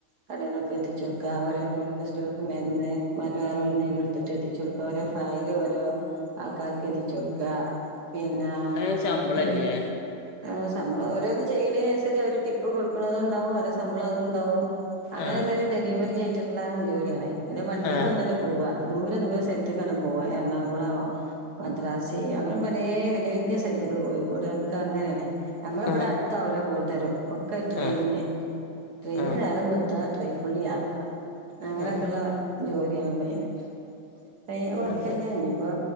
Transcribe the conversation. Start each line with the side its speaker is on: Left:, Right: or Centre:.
Right: കടകൾക്ക എത്തിച്ച കൊടുക്കുക ഓരോ മെഡിക്കൽ സ്റ്റോർക്ക് മരുന്ന വേറെോരു നെയില എടുത്തിട്ട് എത്തിച്ച കൊടുക്കുക ഓരോ ഫയല് ഓരോ ആൾക്കാർക്ക്എത്തിച്ച് കൊടുക്കുക പിന്നെ ആഹ്
Left: അതിന് ശമ്പളമില്ലേ
Right: ഒരു ഏഹ് സംബോ ഓരോന്ന് ചെയ്യുന്നതിനനുസരിച്ച് അവര് ടിപ്പ് കൊടുക്കുന്നതുംണ്ടാവും അവരെ ശമ്പളം അതും ഉണ്ടാവും അങ്ങനെുള്ളല്ല
Left: ആ
Right: ഡെലിവറി ആയിട്ടുള്ള ജോലിയണേ പിന്നെ വണ്ടിക്ക്
Left: ആ
Right: ഒന്നുല്ല പോവ ദൂരെ ദൂര സ്ഥലത്തേക്കാണ് പോവുക എറണാകുളമാോ മദ്രസ് അങ്ങനെ പലേ വലിയ വലിയ സ്ഥലത്തുകൾ പോയിക്കടക്ക അങ്ങനെയാണ് നമ്മള ഇവിടെ
Left: ആ
Right: അടുത്താ ഒര് കൂടുതലും ഒക്കെ ട്രെയിനിന്
Left: ആ
Right: ട്രെയിന്
Left: ആ
Right: നെരം വേൾത്ത ട്രെയിൻ ഫുൾ യാത്ര അങ്ങനെയൊക്കെള്ള
Left: ആ
Right: ജോലിയാണ് പയ്യന് ഏ കൊഴപ്പില്ല
Left: ആ ശരി
Right: ഇനിപ്പൊ